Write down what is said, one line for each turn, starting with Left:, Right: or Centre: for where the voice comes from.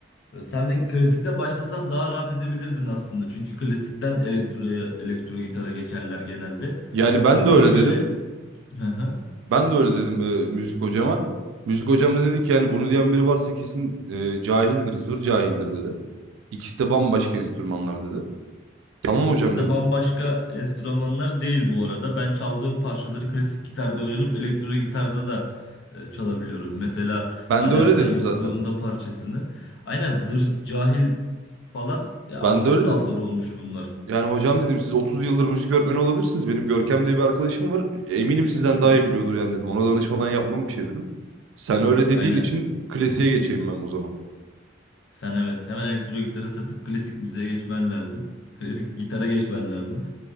Left: Sen de klasikle başlasan daha rahat edebilirdin aslında. Çünkü klasikten elektro, elektro gitara geçerler genelde.
Right: Yani ben
Left: Ee, ama
Right: de öyle
Left: şöyle
Right: dedim.
Left: hı hı.
Right: Ben de öyle dedim e, müzik hocama. Müzik hocam da dedi ki yani bunu diyen biri varsa kesin e, cahildir, zır cahildir dedi. İkisi de bambaşka enstrümanlar dedi. Tamam
Left: ikisi
Right: hocam
Left: de
Right: dedim.
Left: bambaşka enstrümanlar değil bu arada. Ben çaldığım parçaları klasik gitarda öğrenip elektro gitarda da e, çalabiliyorum. Mesela
Right: Ben
Left: Ali
Right: de öyle
Left: Atay
Right: dedim
Left: yokluğunda
Right: zaten.
Left: parçasını. Aynen zır cahil falan ya
Right: Ben
Left: absürt
Right: de öyle
Left: laflar
Right: dedim.
Left: olmuş bunlar.
Right: Yani hocam dedim siz 30 yıldır müzik öğretmeni olabilirsiniz. Benim Görkem diye bir arkadaşım var. Eminim sizden
Left: Hı hı.
Right: daha iyi biliyordur yani dedim. Ona danışmadan yapmam bir şey dedim. Sen öyle dediğin
Left: Aynen.
Right: için klasiğe geçeyim ben o zaman.
Left: Sen evet hemen elektro gitarı satıp klasik müziğe geçmen lazım. Klasik gitara geçmen lazım.